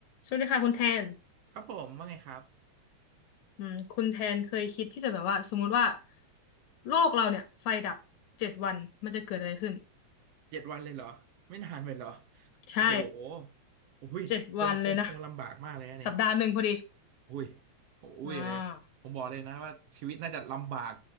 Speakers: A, on the left; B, on the right.
A: สวัสดีค่ะคุณแทน
B: ครับผมว่าไงครับ
A: อืมคุณแทนเคยคิดที่จะแบบว่าสมมุติว่าโลกเราเนี่ยไฟดับเจ็ดวันมันจะเกิดอะไรขึ้น
B: เจ็ดวันเลยเหรอไม่นานไปเหรอ
A: ใช่
B: โอ้โหอุ้ยคงคงคงลำบากมากเลยนะนี่
A: เจ็ดวันเลยนะสัปดาห์หนึ่งพอดี
B: อุ้ยโอุ้ยเอ้ยผมบอกเลยนะว่าชีวิตน่าจะลำบาก
A: อ่า